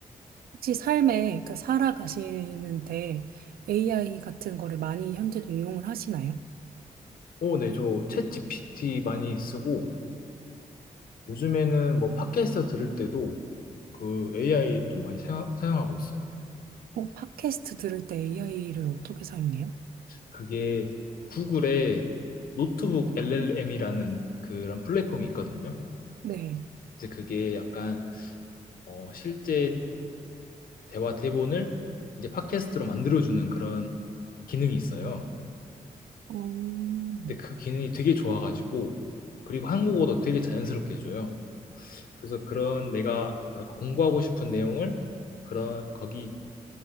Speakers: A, on the right; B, on the left.
A: 혹시 삶에 그러니까 살아가시는데 AI 같은 거를 많이 현재도 이용을 하시나요?
B: 어, 네, 저 챗 GPT 많이 쓰고 요즘에는 뭐 팟캐스트 들을 때도 그 AI 좀 많이 사용- 사용하고 있어요.
A: 어, 팟캐스트 들을 때 AI를 어떻게 사용해요?
B: 그게 구글의 노트북 LLM이라는 그런 플랫폼이 있거든요.
A: 네.
B: 이제 그게 약간 어, 실제 대화 대본을 이제 팟캐스트로 만들어주는 그런 기능이 있어요.
A: 음.
B: 근데 그 기능이 되게 좋아가지고 그리고 한국어도 되게 자연스럽게 해줘요. 그래서 그런 내가 뭐랄까 공부하고 싶은 내용을 그런 거기